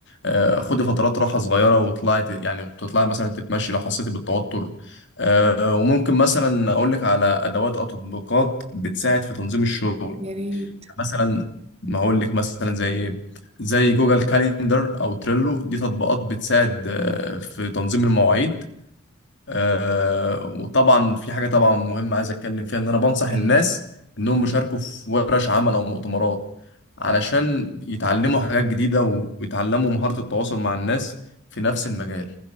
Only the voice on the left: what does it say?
آه، خدي فترات راحة صغيرة وطلعي ت- يعني تطلعي مثلا تتمشي لو حسيتي بالتوتر آه، وممكن مثلا أقول لك على أدوات أو تطبيقات بتساعد في تنظيم الشغل
مثلا ما اقول لك مثلا زي زي جوجل كاليندر او تريلو دي تطبيقات بتساعد آه، في تنظيم المواعيد آه، وطبعا في حاجه طبعا مهمه عايز اتكلم فيها ان انا بنصح
الناس انهم يشاركوا في ورش عمل او مؤتمرات علشان يتعلموا حاجات جديده ويتعلموا مهاره التواصل مع الناس في نفس المجال